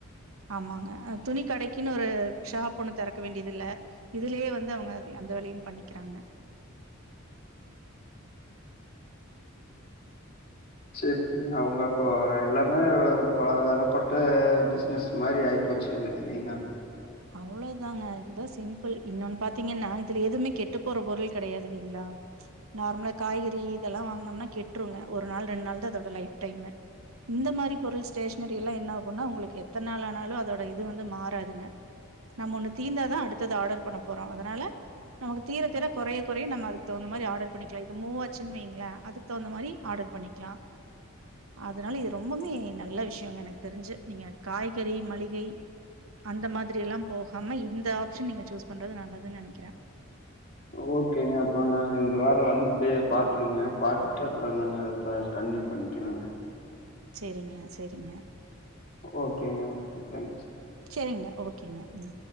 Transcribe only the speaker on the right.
ஆமாங்க அ துணி கடைக்கினொரு ஷாப் ஒண்ணு தெறக்க வேண்டியதில்ல இதுலயே வந்து அவங்க அதி அந்த வேலையு பண்ணிக்கிறாங்க
அவ்ளதாங்க இதுதா சிம்பிள் இன்னொன்னு பாத்தீங்கன்னா இதுல எதுமே கெட்டுப் போற பொருள் கெடையாது இல்லைங்களா நார்மலா காய்கறி இதெல்லா வாங்கனம்னா கெட்டுருங்க ஒரு நாள் ரெண்டு நாள் தா அதோட லைஃப் டைமு இந்த மாரி பொருள் ஸ்டேஷனரி எல்லா என்ன ஆகுன்னா உங்களுக்கு எத்தன் நாள் ஆனாலு அதோட இது வந்து மாறாதுங்க நம்ம ஒண்ணு தீந்தாதா அடுத்தது ஆர்டர் பண்ண போறோ அதனால நமக்கு தீர தீர கொறைய கொறைய நம்ம அதுக்தகுந்த மாரி ஆர்டர் பண்ணிக்கலா இது மூவாச்சுன் வைங்கள அது தகுந்த மாரி ஆர்டர் பண்ணிக்கலா அதனால இது ரொம்பமே நல்ல விஷ்யங்க எனக்கு தெரிஞ்சு நீங்க காய்கறி மளிகை அந்த மாதிரி எல்லா போகாம இந்த ஆப்ஷன் நீங்க சூஸ் பண்றது நல்லதுனு நெனைக்கிற
சேரிங்க சேரிங்க
சேரிங்க ஓகேங்க ம்